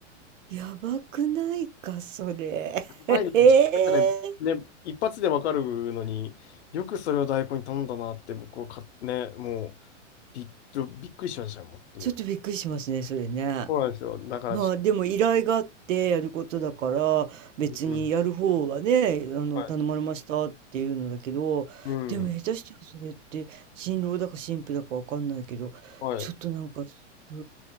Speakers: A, on the right; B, on the left.
A: やばくないか、それ。
B: やばいですね。
A: <laughs> ええ。
B: 調べたらね、一発でわかるのに、よくそれを代行に頼んだなって僕はか、ね、もう、びっ、びっくりしましたよ、本当に。
A: ちょっとびっくりしますね、それね。
B: そうなんですよ。だからし、
A: まあ、でも依頼があってやることだから、別にやる方はね、
B: うん。は
A: あの、
B: い。
A: 頼まれましたっていうのだけど、
B: うん。
A: でも下手したらそれって新郎だか新婦だかわかんないけど、
B: はい。
A: ちょっとなんか、そ